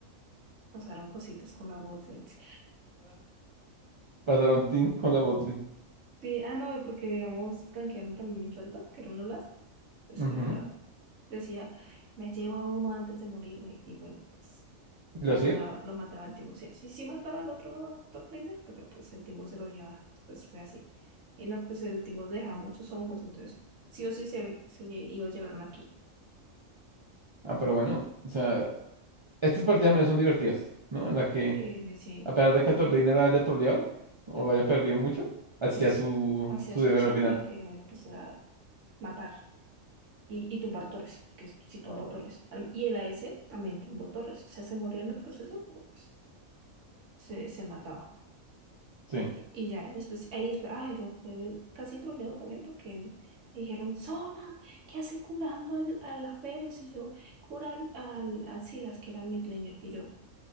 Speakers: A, on the right; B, on the right.
A: pasaron cositas con la bot lanes.
B: pasaron team con la botlane.
A: Sí, ah, no, porque digamos, canquearon también mucho al top, que era un Olaf, pues
B: Ujú,
A: el Olaf decía, me llevo a uno antes de morirme, y bueno, pues
B: y
A: Lo
B: lo hacía.
A: mataba, lo mataba al Timo. Sí, sí, sí mataba al otro top laner, pero pues el Timo se lo llevaba. Pues fue así. Y no, pues el Timo dejaba muchos hongos, entonces sí o sí se, se lle- iba a llevar una kill.
B: Ah, pero bueno, o sea, estas partidas menos son divertidas, ¿no? En la que,
A: Sí, sí, sí.
B: a pesar de que el top laner haya troleado o haya perdido mucho, hacía
A: Pues
B: su,
A: hacía
B: su
A: su
B: deber
A: chamba,
B: al final.
A: que pues era matar y, y tumbar torres, porque es- sí tumbó
B: Ah, bueno.
A: torres. Al- Y el a s también tumbó torres. O sea, se moría en el proceso, pero, pues se, se mataba.
B: Sí,
A: Y ya, y después, ahí después, ay, lo fue, casi troleo también porque me dijeron, Zona, ¿qué hace curando al- a la Félix? Y yo, curar al, a Silas, que era el midlaner. Y yo,